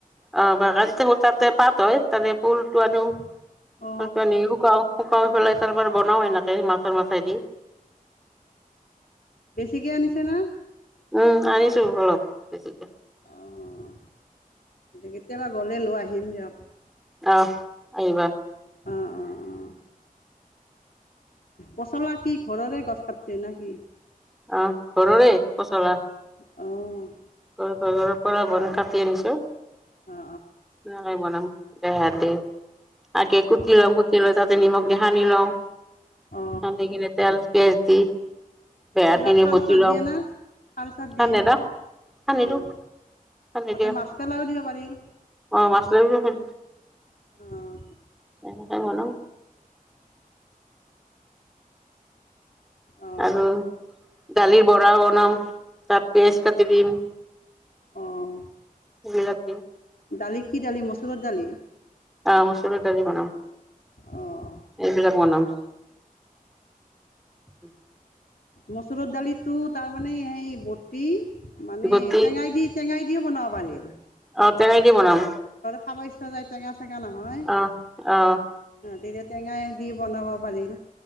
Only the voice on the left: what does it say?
অ
ঠিকে আনিছে ন'?
অঁ, কেতিয়াবা গ'লে লৈ আহিম দিয়ক।
অঁ অঁ অঁ। পচলা কি ঘৰৰে গছ কাট্‌ছে না কি?
অঁ
অ অ
অ
অ অ
কিবা খাৰ
চাৰ
দিয়ে না খাৰ চাৰ দিয়ে
অ',
তাতে মাছ পেলাইও দিব পাৰিল
অঁ
অ',
আহ!
দালি কি দালি মচুৰৰ দালি?
অ',
মচুৰৰ দালিটো তাৰ মানে সেই বটি মানে
টেঙাই দি টেঙাই দি বনাব পাৰি মানে।
খাব ইচ্ছা যায় টেঙা নহয়
অ তেতিয়া টেঙাই দি বনাব পাৰিম।